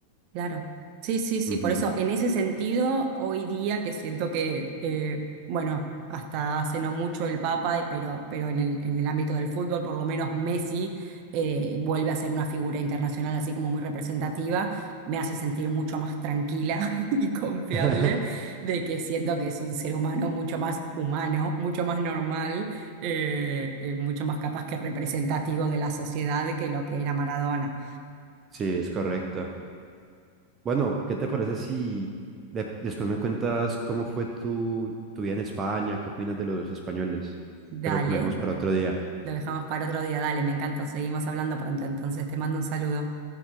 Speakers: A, on the right; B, on the right.
A: Claro. Sí, sí, sí.
B: Ujú.
A: Por eso, en ese sentido, hoy día que siento que, eh, bueno, hasta hace no mucho el Papa, eh, pero, pero en el, en el ámbito del fútbol, por lo menos Messi eh, vuelve a ser una figura internacional así como muy representativa, me hace sentir mucho más tranquila <laughs> y confiable
B: <laughs>
A: de que siento que es un ser humano mucho más humano, mucho más normal, eh, eh, mucho más capaz que representativo de la sociedad que lo que era Maradona.
B: Sí, es correcto. Bueno, ¿qué te parece si de- después me cuentas cómo fue tu, tu vida en España? ¿Qué opinas de los españoles?
A: Dale.
B: Pero lo dejamos para otro día.
A: Lo dejamos para otro día. Dale, me encanta. Seguimos hablando pronto. Entonces te mando un saludo.